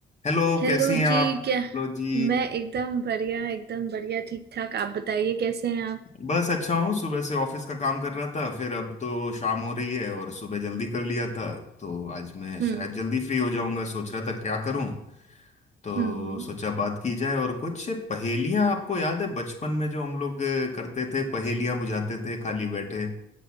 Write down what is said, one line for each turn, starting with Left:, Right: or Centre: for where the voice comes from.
Left: हेलो
Right: Hello
Left: कैसी हैं आप
Right: जी क्या
Left: हेलो जी
Right: मैं एकदम बढ़िया एकदम बढ़िया ठीक ठाक आप बताइए कैसे हैं आप
Left: बस अच्छा हूँ सुबह से ऑफिस का काम कर रहा था फिर अब तो शाम हो रही है और सुबह जल्दी कर लिया था तो आज मैं शायद
Right: हम्म
Left: जल्दी फ्री हो जाऊंगा सोच रहा था क्या करूँ तो
Right: हम्म हम्म।
Left: सोचा बात की जाए और कुछ पहेलियां आपको याद है बचपन में जो हम लोग अ, करते थे पहेलियां बुझाते थे खाली बैठे